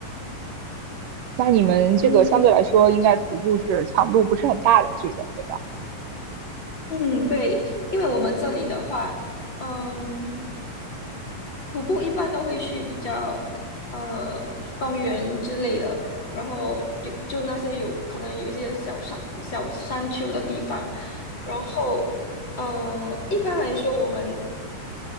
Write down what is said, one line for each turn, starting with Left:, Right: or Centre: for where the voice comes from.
Right: 那你们这个相对来说，
Left: 嗯
Right: 应该徒步是强度不是很大的这种，对吧？
Left: 嗯对，因为我们这里的话，嗯。徒步一般都会去比较呃公园之类的，然后有就那些有可能有一些小山小山丘的地方，然后呃一般来说我们